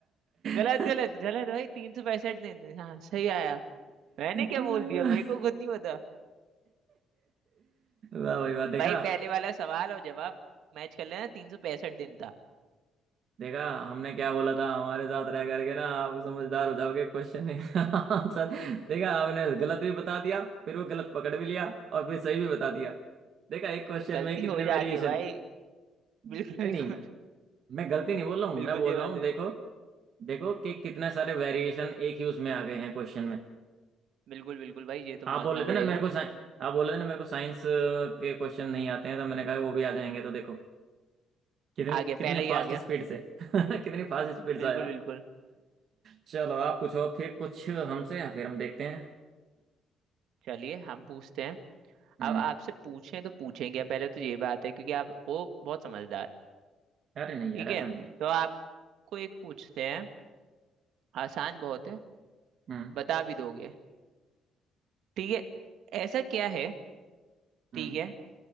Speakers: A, on the right; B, on the right.
A: गलत
B: <laughs>
A: गलत गलत भाई तीन सौ पैंसठ दिन हाँ सही आया मैंने क्या
B: वाह
A: बोल दिया मेरे को खुद नहीं पता
B: भाई वाह देखा
A: भाई पहले वाला सवाल और जवाब मैच कर लेना तीन सौ पैंसठ दिन था
B: देखा हमने क्या बोला था हमारे साथ रह करके ना आप समझदार हो जाओगे क्वेश्चन है आंसर देखा आपने गलत भी बता दिया फिर वो गलत पकड़ भी लिया और फिर सही भी बता दिया देखा एक क्वेश्चन
A: गलती
B: में कितने
A: हो जाती
B: वेरिएशन
A: है भाई
B: नहीं
A: बिल्कुल बिल्कुल
B: नहीं मैं मैं गलती नहीं बोल रहा हूँ
A: बिल्कुल
B: मैं बोल
A: ये बात
B: रहा हूँ
A: है
B: देखो देखो कि कितने सारे वेरिएशन एक ही उसमें आ गए हैं क्वेश्चन में
A: बिल्कुल बिल्कुल भाई ये तो
B: आप
A: मानना
B: बोल रहे थे
A: पड़ेगा
B: ना मेरे को साइ- आप बोल रहे थे ना मेरे को साइंस के क्वेश्चन नहीं आते हैं तो मैंने कहा वो भी आ जाएंगे तो देखो कितनी
A: आ गया
B: कितने
A: पहले ही
B: फास्ट
A: आ गया
B: स्पीड से <laughs> कितनी फास्ट स्पीड
A: बिल्कुल
B: से आया
A: बिल्कुल
B: चलो आप पूछो फिर कुछ हमसे फिर हम देखते हैं
A: चलिए हम पूछते हैं
B: हम्म
A: अब आपसे पूछें तो पूछेंगे पहले तो ये बात है क्योंकि आप हो बहुत समझदार
B: अरे नहीं यार
A: ठीक
B: ऐसा
A: है
B: नहीं है
A: तो आपको एक पूछते हैं आसान बहुत है
B: हम्म
A: बता भी दोगे ठीक है ऐसा क्या है
B: हम्म
A: ठीक है